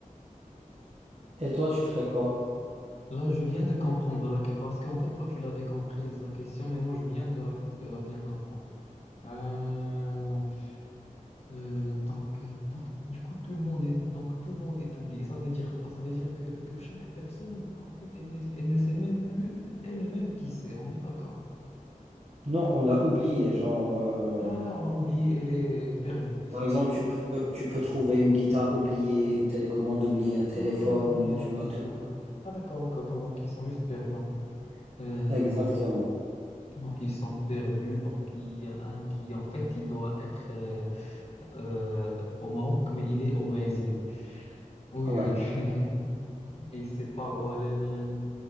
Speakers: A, on the right (about 50°); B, on the left (about 50°).
A: Et toi, tu ferais quoi?
B: Là, je viens de comprendre la question, parce qu'en fait, toi, tu l'avais comprise, la question, mais moi, je viens de la, de la bien comprendre. Euh, euh, donc, euh, donc, du coup, tout le monde est, donc, tout le monde est oublié. Ça veut dire quoi? Ça veut dire que, que chaque personne, en fait, elle ne, elle ne sait même plus elle-même qui c'est. On est d'accord.
A: Non, on l'a oublié. Genre, euh,
B: Ah, on l'a oublié, elle est perdue.
A: par exemple, tu peux, tu peux trouver une guitare oubliée, une télécommande oubliée, un téléphone,
B: Ah, d'accord, d'accord,
A: tu vois
B: d'accord,
A: tout.
B: d'accord. Ah, d'accord, ok, autant, donc, ils sont juste perdus, en fait. Euh,
A: Exactement.
B: donc, ils sont perdus, donc, il y a un qui, en fait, il doit être... euh, euh, au Maroc, mais il est au Brésil. Oui,
A: Ouais,
B: oui. <laughs> Et il sait pas où aller, nanani.